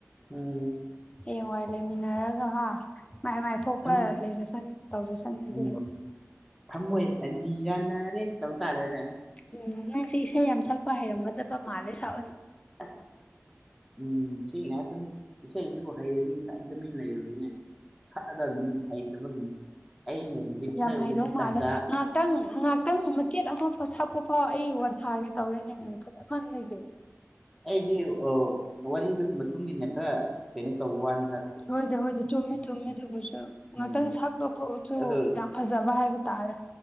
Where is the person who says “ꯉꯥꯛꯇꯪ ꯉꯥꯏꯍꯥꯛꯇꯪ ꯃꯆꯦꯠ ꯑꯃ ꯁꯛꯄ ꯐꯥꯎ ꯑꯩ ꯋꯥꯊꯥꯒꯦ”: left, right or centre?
Left